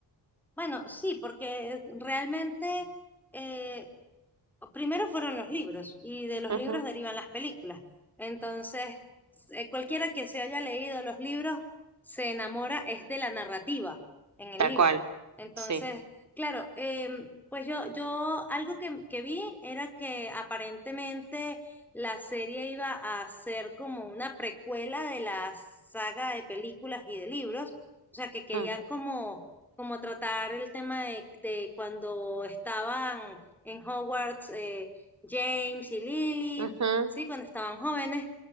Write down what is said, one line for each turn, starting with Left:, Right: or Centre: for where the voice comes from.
Centre: Bueno, sí, porque realmente, eh, Primero fueron los libros y de los
Right: Ujú,
Centre: libros derivan las películas. Entonces, eh, cualquiera que se haya leído los libros se enamora es de la narrativa en el
Right: Tal
Centre: libro.
Right: cual,
Centre: Entonces,
Right: sí.
Centre: claro, eh, pues yo, yo algo que, que vi era que aparentemente la serie iba a ser como una precuela de la saga de películas y de libros. O sea, que querían
Right: Mm,
Centre: como, como tratar el tema de, de cuando estaban en Hogwarts eh, James y Lily,
Right: ujú,
Centre: sí, cuando estaban jóvenes,